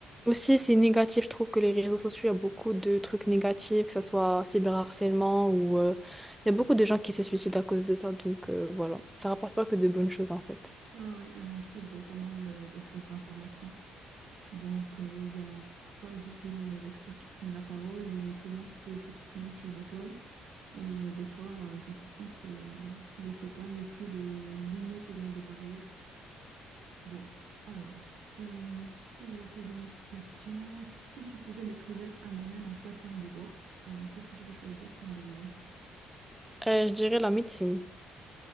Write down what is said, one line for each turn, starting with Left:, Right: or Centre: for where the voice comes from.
Centre: Aussi, c'est négatif. Je trouve que les réseaux sociaux, il y a beaucoup de trucs négatifs, que ce soit cyberharcèlement ou euh, il y a beaucoup de gens qui se suicident à cause de ça. Donc euh, voilà, ça rapporte pas que de bonnes choses en fait.
Right: Ouais, ouais, et on trouve pas mal euh, de fausses informations. Donc, euh, il n'y a pas juste les experts qui prennent la parole, mais tout le monde peut s'exprimer sur la toile. Et euh, des fois, euh, j'ai l'impression, c'est, euh, je sais pas, il n'y a plus de limite ou bien de barrière. Bon, alors, euh, si je dois poser une question, si tu pouvais maîtriser un domaine en claquant des doigts, euh, qu'est-ce que tu vas choisir comme domaine?
Centre: Euh, je dirais la médecine.